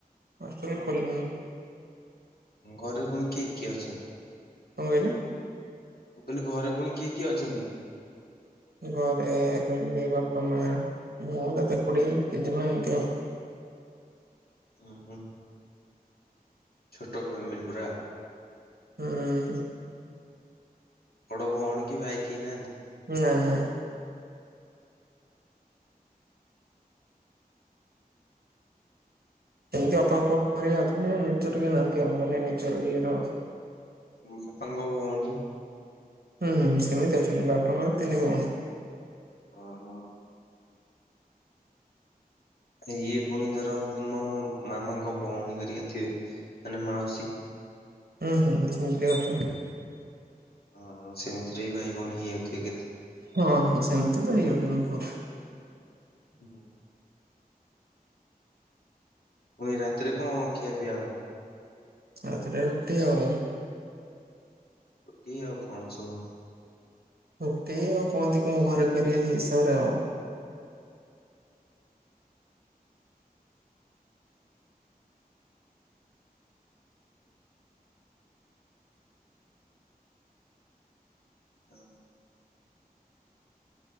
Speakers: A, on the right; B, on the left.
A: ହଷ୍ଟେଲ୍ ଖୋଲିନି।
B: ଘରେ ପୁଣି କିଏ କିଏ ଅଛନ୍ତି?
A: କଣ କହିଲେ?
B: ମୁଁ କହିଲି ଘରେ ପୁଣି କିଏ କିଏ ଅଛନ୍ତି?
A: ଘରେ <unintelligible> ବାପା, ମା, ମୁଁ, ଦାଦା, ଖୁଡ଼ୀ, ଜେଜେ ମା ଏମିତି ଆଉ।
B: ହୁଁ ହୁଁ। ଛୋଟ ଫ୍ୟାମିଲି ପୁରା।
A: ହୁଁ।
B: ବଡ ଭଉଣୀ କି ଭାଇ କେହି ନାହାନ୍ତି?
A: ନା ନା। ଏମିତି ଅପପପ କରିବା ଅଛ ନିଜର କି ନାହାନ୍ତି ଆଉ ମାନେ ନିଜର ଇଏର।
B: ବାପାଙ୍କ ଭଉଣୀ
A: ହୁଁ ହୁଁ ସେମିତି ଅଛନ୍ତି ବାପାଙ୍କର ତିନି ଭଉଣୀ।
B: ଓହୋ। ଇଏ ପୁଣି ଧର ମୋ ମାମାଙ୍କ ଭଉଣୀ କରିକ ଥିବେ ମାନେ ମାଉସୀ
A: ହୁଁ ହୁଁ ସେମତି ଅଛନ୍ତି।
B: ହଁ ସେମିତିରେ ବି ଭାଇ ଭଉଣ ହେଇଯାଉଥିବେ କେତେ?
A: ହଁ ହଁ ସେମିତି ତ ହେଇ ଯାଉଛନ୍ତି ବହୁତ।
B: ହୁଁ ହୁଁ। ପୁଣି ରାତିରେ କଣ ଖିଆ ପିଇଆ ହବ।
A: ରାତିରେ ରୁଟି ଆଉ।
B: ରୁଟି ଆଉ କଣ ସବୁ?
A: ଗୋଟେ ଆଉ କହନ୍ତି କିଁ ଘରେ କରି ଆଛି ହିସାବରେ ଆଉ
B: ହଁ।